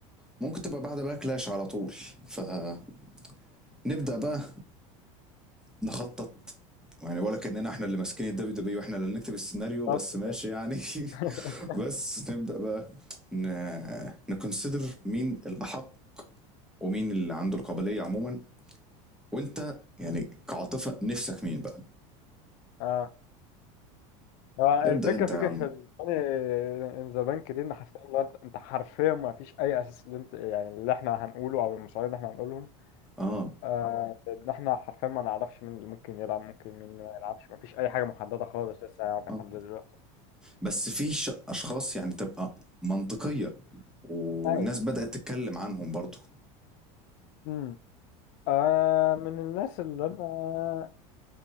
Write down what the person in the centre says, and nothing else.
ممكن تبقى بعد بقى كلاش على طول فنبدا بقى نخطط يعني ولا كاننا احنا اللي ماسكين الدبليو دبليو واحنا اللي نكتب السيناريو
بس ماشي يعني
<laughs> بس نبدا بقى ن... نكونسيدر مين الاحق ومين اللي عنده القابليه عموما وانت يعني كعاطفه نفسك مين بقى
ابدا انت
يا عم
اه
اه
بس في ش- اشخاص يعني تبقى منطقيه والناس
بدات تتكلم عنهم برضو